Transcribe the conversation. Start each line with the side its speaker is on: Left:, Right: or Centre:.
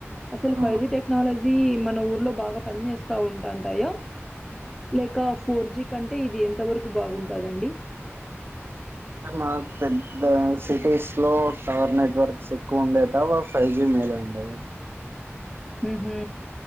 Centre: అసలు
Right: ఆ
Centre: ఫైవ్ జి టెక్నాలజీ మన ఊర్లో బాగా పని చేేస్తా ఉంటాంటయా లేక ఫోర్ జీ కంటే ఇది ఎంత వరకు బాగుంటదండి
Right: అంటే మా పెద్ద సిటీస్ లో టవర్ నెట్వర్క్స్ ఎక్కువ ఉండే టవ ఫైవ్ జీ మేలండే
Centre: ఉహు